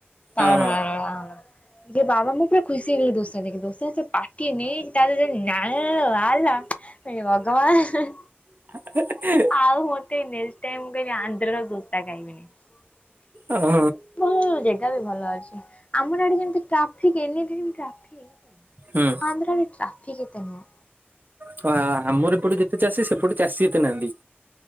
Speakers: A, on the left; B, on the right.
A: କଣ
B: ହଁ ହଁ
A: <unintelligible> ଏ ବାବା ମୋ ପୁରା ଖୁସି ହେଇଗଲେ ଦୋସା ଦେଖିକି ଦୋସା ତ ପାଟିଏ ନେଇ ତା ଜିନ ପାଣି ଯେତେବେଳେ ବାହାରିଲା ଏ ଭଗବାନ
B: ହ <unintelligible>
A: ଆଉ ମୋଟେ ନେଷ୍ଟ ଟାଇମ୍ ମୁଁ କହିଲି ଆନ୍ଦ୍ରାର ଦୋସା ଖାଇବିନି।
B: ଓହୋ
A: ହଁ ଜାଗା ବି ଭଲ ଅଛି ଆମର ଆଡେ ଯେମିତି ଟ୍ରାଫିକ ଏନି ଟାଇମ୍ ଟ୍ରାଫିକ।
B: ହୁଁ।
A: ଆନ୍ଧ୍ରରେ ଟ୍ରାଫିକ ଏତେମ।
B: ପା ଆମର ଏପଟେ ଯେତେ ଚାଷୀ ସେପଟେ ଚାଷୀ ଏତେ ନାହାନ୍ତି।